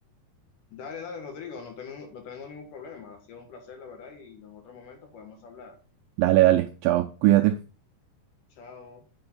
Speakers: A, on the left; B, on the right.
A: Dale, dale, Rodrigo, no tengo, no tengo ningún problema. Ha sido un placer, la verdad, y en otro momento podemos hablar.
B: Dale, dale, chao, cuídate.
A: Chao.